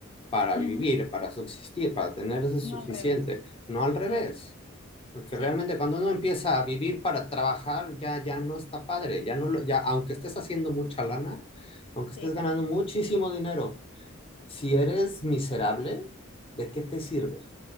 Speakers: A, on the left; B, on the left.
A: para
B: Ujú.
A: vivir, para subsistir, para tener eso suficiente,
B: No al revés.
A: no al revés,
B: Sí,
A: porque
B: sí,
A: realmente cuando uno empieza a vivir para trabajar ya ya no está padre, ya no lo, ya aunque estés haciendo mucha lana, aunque
B: sí,
A: estés ganando muchísimo dinero, si eres miserable, ¿de qué te sirve?